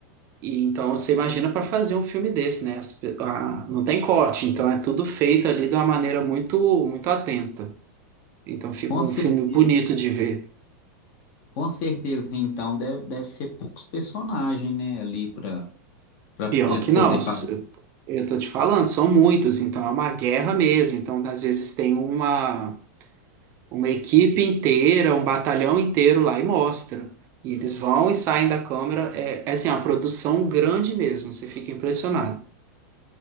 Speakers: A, on the right; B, on the left.
A: e então você imagina para fazer um filme desse, né? As pe- a- não tem corte, então é tudo feito ali de uma maneira muito, muito atenta. Então, fica
B: Com
A: um
B: certeza,
A: filme bonito de ver.
B: com certeza, então, deve, deve ser poucos personagens, né, ali pra, pra
A: Pior
B: eles
A: que
B: poder
A: não, s-
B: fazer.
A: eu tô te falando, são muitos, então é uma guerra mesmo. Então, às vezes, tem uma, uma equipe inteira, um batalhão inteiro lá e mostra. E eles vão e saem da câmera. É, é assim, é uma produção grande mesmo, você fica impressionado.